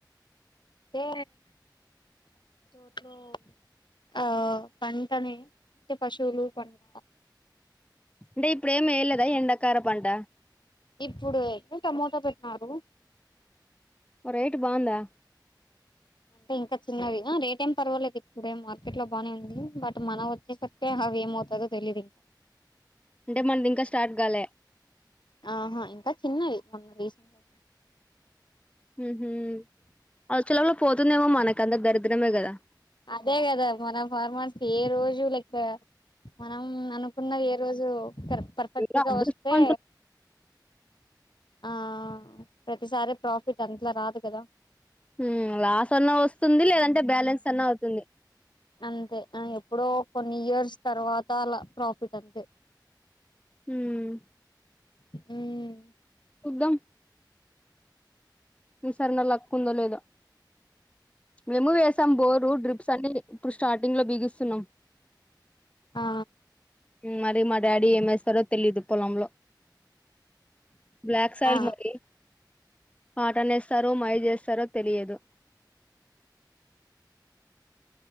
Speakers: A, on the left (about 80°); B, on the left (about 15°).
A: అంటే తోట్లో ఆ పంటని అంటే పశువులు పంట
B: అంటే ఇప్పుడేం వెయ్యలేదా ఎండ కార పంట
A: ఇప్పుడు ఏ టమోటా పెట్టినారు
B: ఒ రైట్ బాగుందా
A: అంటే ఇంకా చిన్నవిగా రేట్ ఏం పర్వాలేదు ఇప్ ఇప్పుడే మార్కెట్ లో బానే ఉంది బట్ మనం వచ్చేసరికి అవి ఏమవుతదో తెలీయదు ఇంకా.
B: అంటే మనది ఇంకా స్టార్ట్ కాలే
A: ఆహా ఇంకా చిన్నవి మొన్న రీసెంట్ గా <unintelligible>
B: ఊ హు ఆ సెలవుల్లో పోతుందేమో మనకి అంత దరిద్రం. <unintelligible> మే కదా
A: అదే కదా మన ఫార్మ ఏ రోజు లెక్క మనం అనుకున్నఏ రోజు కర్ పర్ఫెక్ట్గా
B: ఏదో అదృష్టవంతు
A: వస్తే ఆ ప్రతిసారి ప్రాఫిట్ అంతలా రాదు కదా
B: మ్మ్ లాస్ అన్నా వస్తుంది లేదంటే బ్యాలెన్స్ అన్నా అవుతుంది
A: అంతే ఆ ఎప్పుడో కొన్ని ఇయర్స్ తర్వాత అలా ప్రాఫిట్ అంతే
B: మ్మ్
A: మ్మ్
B: చూద్దాం ఈ సారన్న లక్ కుందలేదా మేము వేస్ తం బోరు డ్రిప్స్ అన్నీ ట్రుష్ స్టార్టింగ్ లో బిగిస్తున్నాం
A: ఆ
B: మ్మ్ మరి మా డాడీ ఏమేస్తారో తెలీదు పొలంలో బ్లాక్ సయిల్
A: ఆ
B: మరి పాటనేస్తారో మాయ జేస్తారో తెలియదు